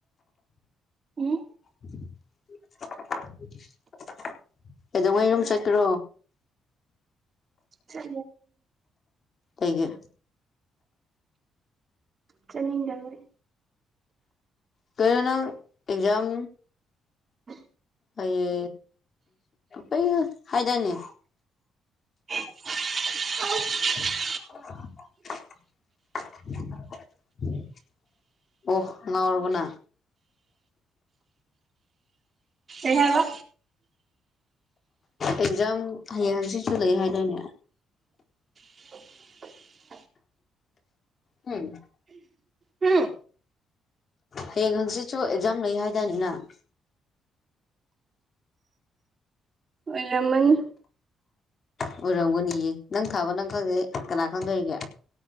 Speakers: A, on the right; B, on the left.
A: ꯎꯝ
B: <unintelligible> ꯀꯩꯗꯧꯉꯩ ꯑꯗꯨꯨꯝ ꯆꯠꯈ꯭ꯔꯣ
A: ꯍ
B: ꯑꯩꯒꯤ
A: ꯆꯅꯤꯗꯣꯏ
B: ꯀꯩꯅꯅ ꯑꯦꯛꯖꯝ
A: ꯎ
B: ꯍꯌꯦ ꯑꯩ ꯍꯥꯏꯗꯥꯅꯤ
A: ꯑ
B: <unintelligible> ꯑꯣꯍ ꯉꯔꯒꯅ
A: ꯏꯍꯕ
B: ꯑꯦꯛꯖꯥꯝ ꯍꯌꯦꯡ ꯍꯪꯆꯤꯁꯨ ꯂꯩ ꯍꯥꯏꯗꯣꯏꯅꯦ
A: <unintelligible>
B: ꯎꯝ
A: ꯍꯨꯝ
B: ꯍꯌꯦꯡ ꯍꯥꯡꯆꯤꯠꯁꯨ ꯑꯦꯛꯖꯥꯝ ꯂꯩ ꯍꯥꯏꯗꯥꯏꯅꯦ ꯅꯪ
A: ꯑꯣꯏꯔꯃꯅꯤ꯫
B: ꯑꯣꯏꯔꯝꯒꯅꯤꯌꯦ ꯅꯪ ꯊꯥꯕ ꯅꯪ ꯈꯪꯗꯗꯤ ꯀꯅꯥ ꯈꯪꯗꯣꯔꯤꯒꯦ